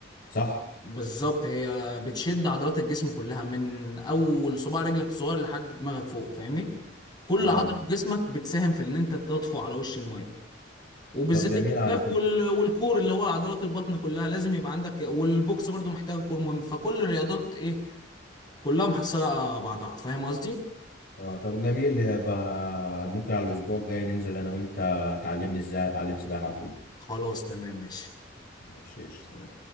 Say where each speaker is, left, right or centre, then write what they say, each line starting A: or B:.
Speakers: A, on the left; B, on the left.
A: صح
B: بالظبط هي بتشد عضلات الجسم كلها من اول صباع رجلك الصغير لحد دماغك فوق فاهمني كل
A: اه
B: عضلة في جسمك بتساهم في ان انت تطفو على وش المية وبالذات
A: طب جميل
B: الكتاف
A: على فكره
B: وال... والكور اللي هو عضلات البطن كلها لازم يبقى عندك والبوكس برضو محتاجة كور مهم فكل الرياضات ايه كلها محصلة على بعضها فاهم قصدي
A: اه طب جميل يبقى ممكن على الاسبوع الجاي ننزل انا وانت تعلمني ازاي اتعلم سباحه وكده
B: خلاص تمام ماشي
A: ماشي
B: سلام